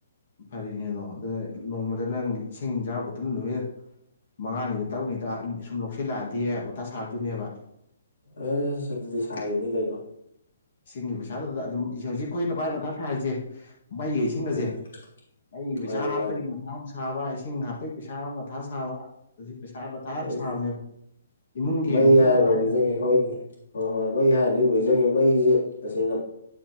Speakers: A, on the left; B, on the left.
A: ꯐꯔꯤꯅꯦ ꯑꯗꯣ ꯑꯗꯨꯅ ꯅꯣꯡꯃꯗ ꯅꯪ ꯏꯁꯤꯡ ꯆꯥꯕꯠꯇꯅ ꯑꯗꯨꯃ ꯃꯉꯥꯅꯤꯗ ꯇꯔꯨꯛꯅꯤꯗ ꯁꯨꯝ ꯂꯧꯁꯤꯜꯂꯛꯑꯗꯤ ꯃꯊꯥ ꯁꯥꯔꯛꯇꯣꯏꯅꯦꯕ
B: ꯑ ꯁꯤ ꯑꯗꯨꯗꯤ ꯁꯥꯔꯤꯅꯤ ꯀꯩꯅꯣ
A: ꯁꯤꯡꯒꯤ ꯄꯩꯁꯥꯗꯨꯗ ꯑꯗꯨꯝ ꯍꯧꯖꯤꯛ ꯑꯩꯈꯣꯏꯅ ꯋꯥꯏ ꯋꯥꯊꯥ ꯁꯥꯔꯤꯁꯦ ꯃꯩꯩ ꯏꯁꯤꯡꯉꯁꯦ
B: ꯑꯥ
A: ꯑꯩ ꯄꯩꯁꯥ
B: ꯃꯥꯅꯤ
A: ꯍꯥꯞꯄꯒꯤ
B: ꯃꯥꯅꯤ
A: ꯁꯥꯕ ꯏꯁꯤꯡ ꯍꯥꯞꯄꯩ ꯄꯩꯁꯥ ꯑꯃꯨꯛ ꯃꯊꯥ ꯁꯥꯕ ꯑꯁꯤ ꯄꯩꯁꯥ ꯌꯥꯝ
B: ꯍꯣꯏꯗꯤ
A: ꯁꯥꯕꯅꯦꯕ ꯏꯃꯨꯡꯒꯤ
B: ꯃꯩ
A: ꯃꯀꯨꯞ
B: ꯍꯥꯏꯔꯒꯧꯅꯤꯖꯒꯦ
A: ꯃꯇꯥ ꯍꯥꯏꯇꯥꯔꯦ
B: ꯍꯣꯏꯗꯤ ꯍꯣꯏ ꯍꯣꯏ ꯃꯩ ꯍꯥꯏꯔꯅꯤ ꯂꯣꯏꯖꯪꯉꯦ ꯃꯩꯁꯦ ꯇꯁꯦꯡꯅ